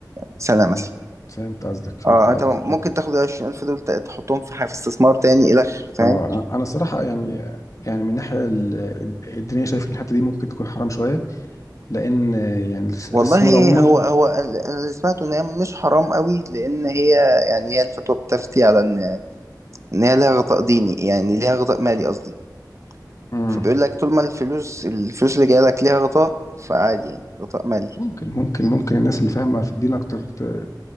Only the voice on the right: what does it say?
سنة
مثلا
اه
انت ممكن تاخد العشرين ألف دول ت- تحطهم في ح- في استثمار تاني إلخ فاهم
والله
هو هو ال- أنا اللي سمعته إن هي مش حرام قوي لأن هي يعني هي الفتوى بتفتي على إن إن هي ليها غطاء ديني يعني ليها غطاء مالي قصدي
فبيقول لك طول ما الفلوس الفلوس اللي جاية لك ليها غطاء فعادي يعني غطاء مالي